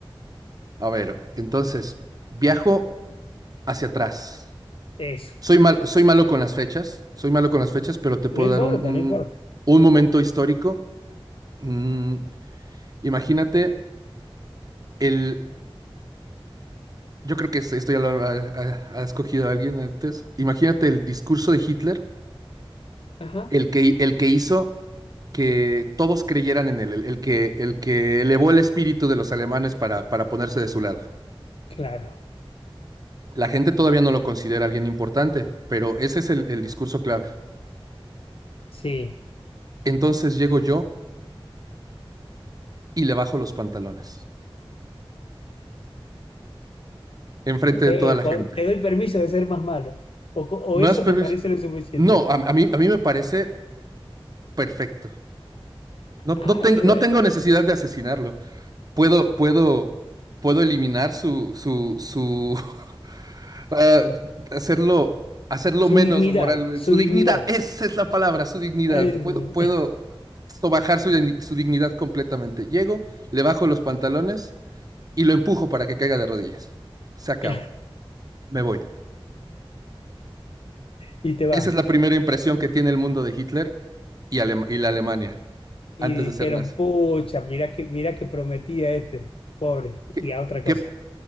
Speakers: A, on the right (about 40°); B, on the left (about 70°).
A: A ver, entonces, viajo hacia atrás.
B: eso.
A: Soy mal, soy malo con las fechas, soy malo con las fechas, pero te
B: No
A: puedo
B: importa,
A: dar un, un,
B: no importa.
A: un momento histórico. Mm, imagínate el, yo creo que es- esto ya lo ha, ha- ha escogido alguien antes. Imagínate el discurso de Hitler,
B: Ajá,
A: el que, el que hizo que todos creyeran en él, el, el que, el que elevó el espíritu de los alemanes para, para ponerse de su lado.
B: claro,
A: La gente todavía no lo considera alguien importante, pero ese es el, el discurso clave.
B: sí.
A: Entonces llego yo y le bajo los pantalones, enfrente de
B: Eh,
A: toda la
B: po-
A: gente.
B: te doy permiso de ser más malo. O, co- o
A: Más
B: eso
A: permiso.
B: te parece lo suficiente.
A: No, a, a mí, a mí me parece perfecto. No,
B: Ah,
A: no tengo,
B: qué bueno.
A: no tengo necesidad de asesinarlo. Puedo, puedo, puedo eliminar su, su, su, <laughs> ah, hacerlo, hacerlo
B: Su
A: menos
B: dignidad,
A: moral,
B: su
A: su dignidad.
B: dignidad.
A: Esa es la palabra, su dignidad.
B: Eh,
A: Puedo, puedo sobajar su, digni- su dignidad completamente. Llego, le bajo los pantalones y lo empujo para que caiga de rodillas. Se acaba.
B: <laughs> claro.
A: Me voy.
B: Y te vas.
A: Esa es la primera impresión que tiene el mundo de Hitler y, Alema- y la Alemania
B: Y
A: antes
B: dijeron,
A: de ser nazi.
B: pucha, mirá que, mirá que prometía este, pobre.
A: ¿Qué,
B: Y a otra
A: qué,
B: cosa.